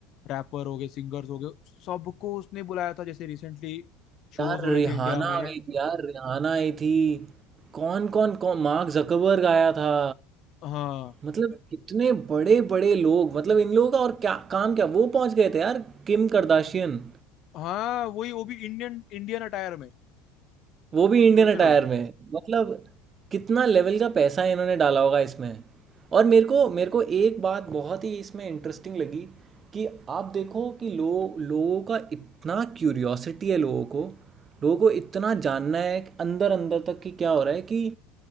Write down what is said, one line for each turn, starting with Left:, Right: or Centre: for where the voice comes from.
Left: रैपर हो गए सिंगर्स हो गए सबको उसने बुलाया था जैसे रिसेंटली शोज
Right: यार
Left: हुए
Right: रिहाना
Left: थे इंडिया में
Right: आ गई थी यार रिहाना आई थी कौन कौन कौन मार्क जकरबर्ग आया था
Left: हाँ
Right: मतलब कितने बड़े बड़े लोग मतलब इन लोगों का और क्या काम क्या वो पहुंच गए थे यार किम करदाशियन
Left: हाँ वही वो भी इंडियन इंडियन अटायर में
Right: वो भी इंडियन
Left: सोच
Right: अटायर
Left: रहे हो
Right: में मतलब कितना लेवल का पैसा इन्होंने डाला होगा इसमें और मेरे को मेरे को एक बात बहुत ही इसमें इंटरेस्टिंग लगी कि आप देखो कि लोग लोगों का इतना क्यूरियोसिटी है लोगों को लोगों को इतना जानना है कि अंदर अंदर तक कि क्या हो रहा है कि